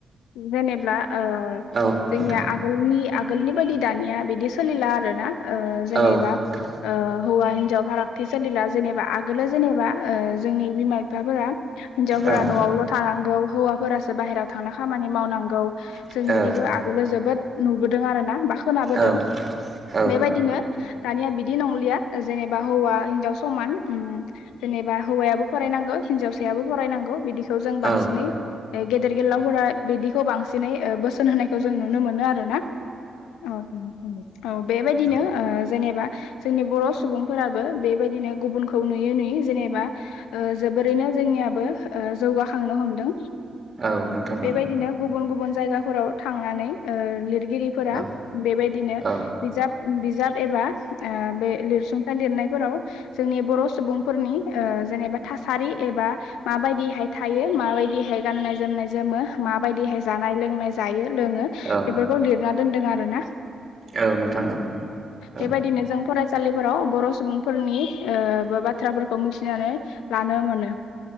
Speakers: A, on the left (about 80°); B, on the right (about 40°).
A: जेनेब्ला ओ
B: औ
A: जोंनिया
B: नोंथां
A: आगोलनि आगोलनि बायदि दानिया बिदि सोलिला आरो ना ओ जेनेबा
B: औ नोंथां
A: ओ हौवा हिन्जाव फारागथि सोलिला जेनेबा आगोलो जेनेबा ओ जोंनि बिमा बिफाफोरा हिनजावफोरा
B: औ
A: न'आवल' थानांगौ हौवाफोरासो बाहेरायाव थां खामानि मावनांगौ
B: औ
A: जों बिदिखौ आगोलोलो जोबोद नुबोदों आरो ना बा खोनाबोदों
B: औ औ
A: बेबायदिनो दानिया बिदि नंलिया जेनेबा हौवा हिनजाव समान उम जेनेबा हौवायाबो फरायनांगौ हिनजावसायाबो फरायनांगौ बिदिखौ जों
B: औ
A: बांसिनै गेदेर गेलाव हरा बिदिखौ बांसिनै ओ बोसोन होनायखौ जों नुनो मोनो आरो ना औ औ बेबायदिनो
B: औ
A: ओ जेनेबा जोंनि बर' सुबुंफोराबो बेबायदिनो गुबुनखौ नुयै नुयै जेनेबा ओ जोबोरैनो जोंनियाबो ओ जौगाखांनो हमदों
B: औ नोंथां
A: बेबायदिनो
B: औ
A: गुबुन गुबुन जायगाफोराव थांनानै लिर गिरिफोरा
B: औ
A: बेबायदिनो
B: औ
A: बिजाब बिजाब एबा बे लिरसुंथाइ लिरनाय फोराव जोंनि बर' सुबुंफोरनि जेनेबा थासारि एबा माबायदिहाय थायो माबायदिहाय गाननाय जोमनाय जोमो माबायदिहाय जानाय लोंनाय जायो लोङो
B: औ
A: बेफोरखौ लिरना दोनदों आरो ना
B: औ नोंथां औ औ
A: बेबायदिनो जों फराय फरायसालिफोराव बर' सुबुंफोरनि बाथ्राफोरखौ मिथिनानै लानो मोनो।